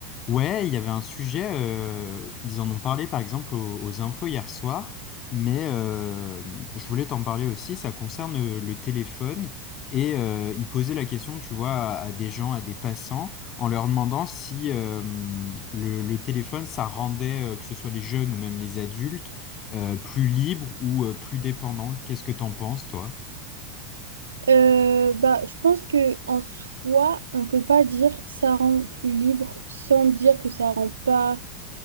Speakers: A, on the left; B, on the right.
A: Ouais, il y avait un sujet, euh, ils en ont parlé par exemple aux, aux infos hier soir, mais euh, je voulais t'en parler aussi, ça concerne euh, le téléphone, et euh, ils posaient la question, tu vois, à, à des gens, à des passants, en leur demandant si euh, le, le téléphone, ça rendait, euh, que ce soit les jeunes ou même les adultes, euh, plus libres ou euh, plus dépendants. Qu'est-ce que t'en penses, toi?
B: Euh, bah, je pense que en soi, on peut pas dire ça rend plus libre sans dire que ça rend pas.